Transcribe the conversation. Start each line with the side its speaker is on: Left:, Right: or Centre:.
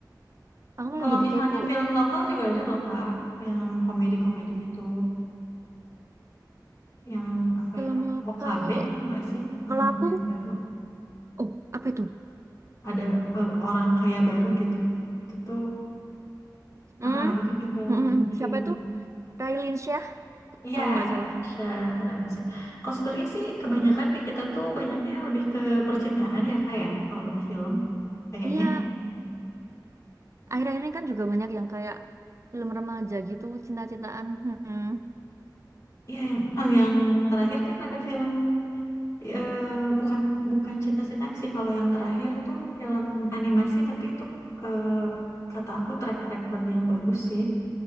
Right: Aku malah
Left: Kalau
Right: jadi
Left: misalnya
Right: kepo.
Left: film lokal juga ada loh Kak, yang komedi-komedi gitu, yang apa
Right: Film
Left: ya,
Right: lokal.
Left: OKB tahu nggak sih orang
Right: Kalau aku,
Left: kaya baru,
Right: oh apa itu?
Left: ada eh, orang kaya baru gitu. Itu tuh,
Right: Hmm,
Left: ah, ah, itu juga
Right: mm-mm.
Left: movie.
Right: Siapa itu? Raline Shah
Left: Iya,
Right: kalau nggak
Left: Ransha,
Right: salah.
Left: Ransha. Kalau sebenarnya sih kebanyakan
Right: Mm-mm.
Left: di kita tuh banyaknya lebih ke percintaan ya Kak ya, kalau film kayaknya.
Right: Iya, akhir-akhir ini kan juga banyak yang kayak film remaja gitu, cinta-cintaan. Mm-mm.
Left: ya yang eh, yang terakhir kan ada film eh, bukan bukan cinta-cintaan sih kalau yang terakhir tuh film animasi tapi itu eh, kata aku track record yang bagus sih